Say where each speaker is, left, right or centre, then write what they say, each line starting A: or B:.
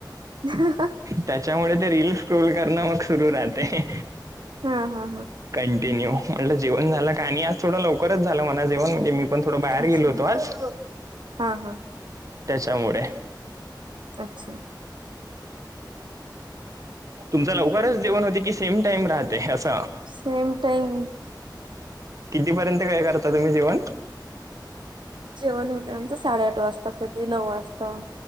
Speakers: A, on the right; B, on the right.
A: ह हा हा.
B: त्याच्यामुळे ते रीलस ट्रोल करणं मग सुरू राहते.
A: हा हा.
B: कंटिन्यू म्हटलं जेवन झाला का आणि आज थोडं लव त झालं मला जेवण म्हणजे मी पण थोडं बाहेर
A: अच्छा
B: गेलो होतो आज.
A: हा हा
B: त्याच्यामुळे.
A: अच्छा.
B: तुमच लवकरच जेवण होते की सेम टाइम राहते अस?
A: Same time.
B: कितीपर्यंत काय करता तुम्ही जेवण?
A: जेवण होते आमचं साडेआठ वाजता कधी नऊ वाजता.